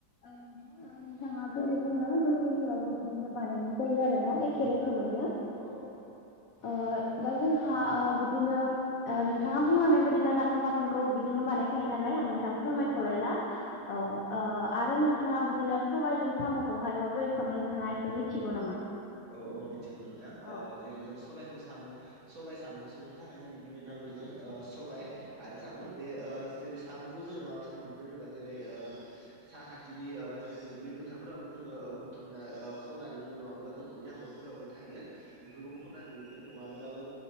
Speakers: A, on the left; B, on the right.
A: नोंथां नोंथाङा जेरै बुंदों जोंनि ओनसोलावबो बिदिनो बानायनाय जायो आरो ना एखे रोखोमैनो
B: औ औ
A: <unintelligible> दा जोंहा बिदिनो नोंथाङा बुंलांनाय बायदि दा ना <unintelligible> बाथोनखौ बिदिनो बानायखायो
B: औ
A: नालाय आं नोंथां
B: औ
A: फोरमायथ'लायला औ आरो नोंथाङा बिदिनो सबायाइजों साम'खौहाय माबोरैसेबां नोंथाङा एसे मिथिगौ नामा
B: औ औ मिथिगौ नोंथां
A: औ
B: जेरै जों सबबायखौ साम' सबाय सामु संनो थाखाय जोंनो गिबि नांग्रोगोन सबाय आरो साम' बे जेरै साम'खौ जोङो माबिसि मोनगोन होनोब्ला जेरै साखाथिनि जेरै दुब्लि फोथारफोरावबो जोङो बुथुमना खननानै मोनो नङाब्ला न'नि हखरफोरावबो थायो बेफोरखौबो खनाय मोनो नङाबा